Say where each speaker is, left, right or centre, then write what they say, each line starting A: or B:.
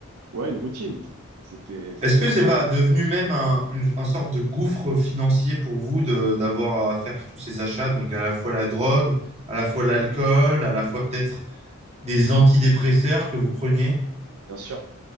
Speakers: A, on the right; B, on the right.
A: ouais, une routine. C'était, c'était
B: Est-ce que
A: normal,
B: c'est pas
A: quoi.
B: devenu même un, une, un sorte de gouffre financier pour vous de, d'avoir à faire tous ces achats, donc à la fois la drogue, à la fois l'alcool, à la fois peut-être des antidépresseurs que vous preniez?
A: Bien sûr.